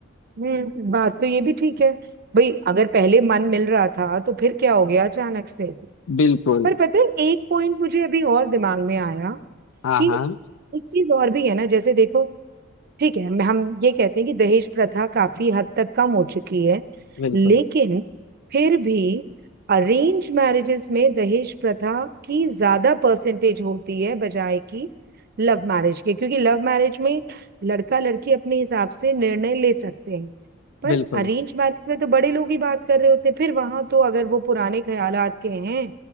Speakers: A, on the right; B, on the left.
A: हम्म बात तो ये भी ठीक है भाई अगर पहले मन मिल रहा था तो फिर क्या हो गया अचानक से
B: बिल्कुल
A: पर पता है एक पॉइंट मुझे अभी और दिमाग में आया
B: हाँ
A: कि
B: हाँ
A: एक चीज और भी है ना जैसे देखो ठीक है मैं- हम ये कहते हैं कि दहेज प्रथा काफी हद तक कम हो चुकी है
B: बिल्कुल
A: लेकिन फिर भी अरेंज मैरिजेस में दहेज प्रथा की ज्यादा परसेंटेज होती है बजाय कि लव मैरिज के क्योंकि लव मैरिज में लड़का लड़की अपने हिसाब से निर्णय ले सकते हैं पर
B: बिल्कुल
A: अरेंज मैरिज में तो बड़े लोग ही बात कर रहे होते हैं फिर वहां तो अगर वो पुराने ख्यालात के हैं